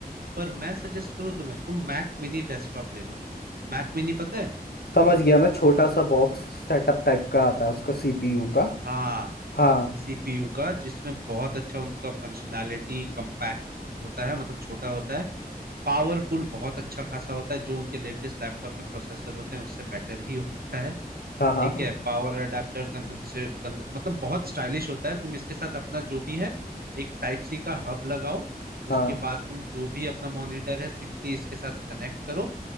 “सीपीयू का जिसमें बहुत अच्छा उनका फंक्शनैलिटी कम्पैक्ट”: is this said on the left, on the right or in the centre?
Right